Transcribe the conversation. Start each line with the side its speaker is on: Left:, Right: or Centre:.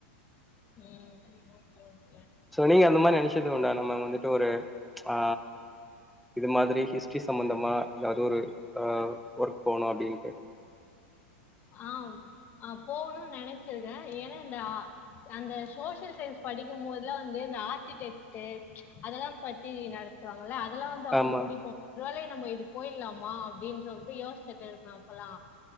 Left: ம் நோ ப்ராப்ளம்
Centre: சோ நீங்க அந்த மாரி நெனைச்சிகினுண்டா நம்ம வந்துட்டு ஒரு ஆ இது மாதிரி ஹிஸ்ட்ரி சம்மந்தமா ஏதாவது ஒரு அ ஒர்க் போனு அப்டின்ட்டு
Left: ஆ ஆ போணுன் நெனைச்சிருந்தே ஏன்னா இந்த ஆ அந்த சோசியல் சயின்ஸ் படிக்கும் போதுல்லா வந்து இந்த ஆர்க்டிடெக்ட் அதெல்லா பத்தி நடத் துவாங்கல்ல அதெல்லா வந்து அப்ப
Centre: ஆமா.
Left: புடிக்கு ஒரு வேளை நம்ம இது போயிட்லாமா அப்டினு வந்துட்டு யோசிச்சிட் இருப்பே அப்பல்லா